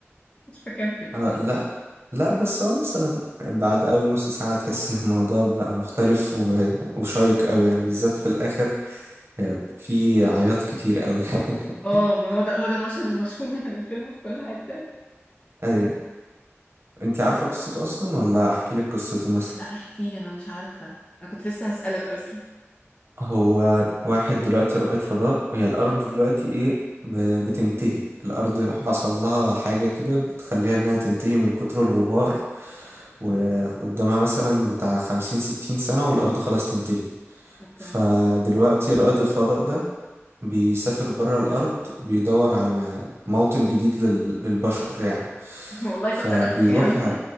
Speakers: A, on the left; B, on the right.
A: كنت بكمل
B: آه لا لا بس هو مثلا بعد أول نص ساعة تحس إن الموضوع بقى مختلف و... وشيق أوي يعني بالذات في الآخر آه، في عياط كتير أوي <laughs>
A: اه ما هو ده هو ده المشهد المشهور من الفيلم في كل حتة
B: أيوة أنت عارفة
A: طب
B: قصته أصلا ولا أحكي لك قصته مثلا
A: لا احكي لي أنا مش عارفة أنا كنت لسه هسألك أصلا
B: هو واحد دلوقتي رائد فضاء هي الأرض دلوقتي إيه ب... بتنتهي الأرض حصل لها حاجة كده بتخليها إنها تنتهي من كتر الغبار وقدامها مثلا بتاع خمسين ستين سنة والأرض خلاص تنتهي
A: أوكي
B: فدلوقتي رائد الفضاء ده بيسافر برا الأرض وبيدور على م- موطن جديد لل- للبشر يعني
A: والله
B: فبيروح
A: كتر ألف خير <laughs>